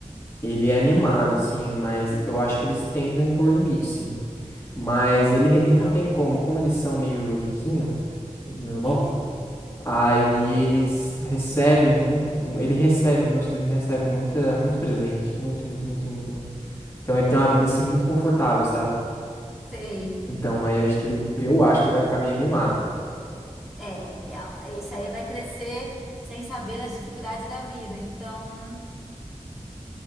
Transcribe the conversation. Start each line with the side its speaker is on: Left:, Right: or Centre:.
Left: ele é mimado, assim, mas eu acho que eles tentam impor limite, sim. Mas
Centre: Então,
Left: ele, re- e não tem como, como eles são meio riquinho, meu irmão,
Centre: e
Left: aí eles recebem muito, ele recebe, meu sobrinho recebe muita, muito presente, muito, muito, muito, muito, muito. Então ele tem uma vida, assim, muito confortável, sabe?
Centre: sei.
Left: Então aí acho que ele, eu acho que ele vai ficar meio mimado.
Centre: É, real. Esse aí vai crescer sem saber as dificuldades da vida. Então,